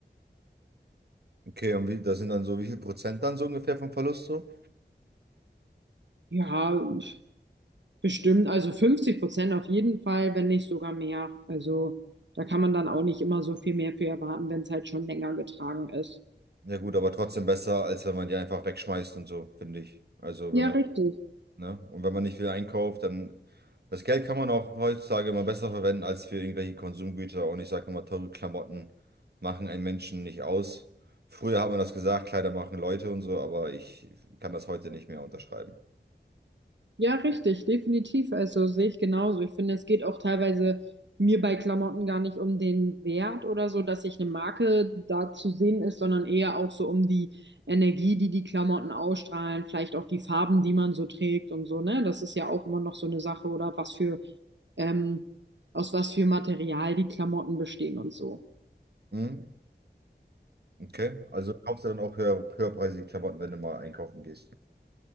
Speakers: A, on the right (about 65°); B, on the right (about 85°).
A: okay, und wie, das sind dann so, wie viel Prozent dann so ungefähr vom Verlust so?
B: Ja, pf, bestimmt, also 50 Prozent auf jeden Fall, wenn nicht sogar mehr. Also da kann man dann auch nicht immer so viel mehr für erwarten, wenn es halt schon länger getragen ist.
A: Ja gut, aber trotzdem besser, als wenn man die einfach wegschmeißt und so, finde ich. Also
B: Ja,
A: wenn man,
B: richtig.
A: ne? Und wenn man nicht viel einkauft, dann das Geld kann man auch heutzutage immer besser verwenden als für irgendwelche Konsumgüter. Und ich sage immer, teure Klamotten machen einen Menschen nicht aus. Früher hat man das gesagt, Kleider machen Leute und so, aber ich kann das heute nicht mehr unterschreiben.
B: Ja, richtig, definitiv. Also sehe ich genauso. Ich finde, es geht auch teilweise mir bei Klamotten gar nicht um den Wert oder so, dass sich eine Marke da zu sehen ist, sondern eher auch so um die Energie, die die Klamotten ausstrahlen, vielleicht auch die Farben, die man so trägt und so, ne? Das ist ja auch immer noch so eine Sache oder was für, ähm, aus was für Material die Klamotten bestehen und so.
A: Mhm. Okay, also kaufst du dann auch höher, höherpreisige Klamotten, wenn du mal einkaufen gehst.